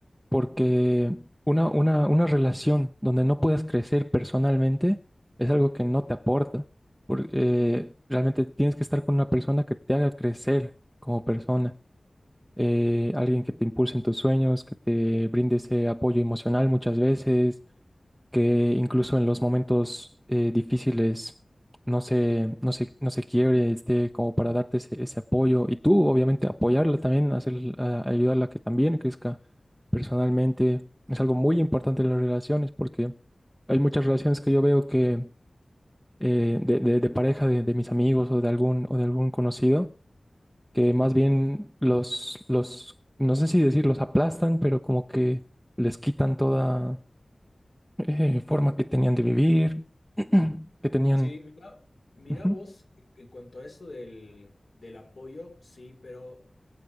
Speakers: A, in the centre; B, on the left (about 70°).
A: Porque una, una, una relación donde no puedas crecer personalmente es algo que no te aporta. Porque eh, realmente tienes que estar con una persona que te haga crecer como persona. Eh, alguien que te impulse en tus sueños, que te brinde ese apoyo emocional muchas veces, que incluso en los momentos eh, difíciles no se, no se, no se quiebre, esté como para darte ese, ese apoyo. Y tú, obviamente, apoyarla también, hacer, a- ayudarla a que también crezca personalmente. Es algo muy importante en las relaciones porque hay muchas relaciones que yo veo que eh, de, de- de pareja de, de mis amigos o de algún, o de algún conocido, que más bien los, los, no sé si decir los aplastan, pero como que les quitan toda eh, forma que tenían de vivir, <clears throat> que tenían...
B: Sí, mira, mira
A: Ujú.
B: vos, en cuanto a esto del, del apoyo, sí, pero